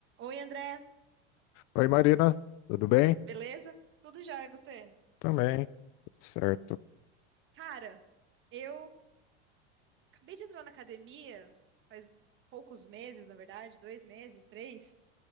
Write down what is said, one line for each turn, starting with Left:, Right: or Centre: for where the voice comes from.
Right: Oi, André,
Left: Oi, Marina, tudo bem?
Right: beleza? Tudo jóia, e você?
Left: Também, certo.
Right: Cara, eu acabei de entrar na academia faz poucos meses, na verdade, dois meses, três,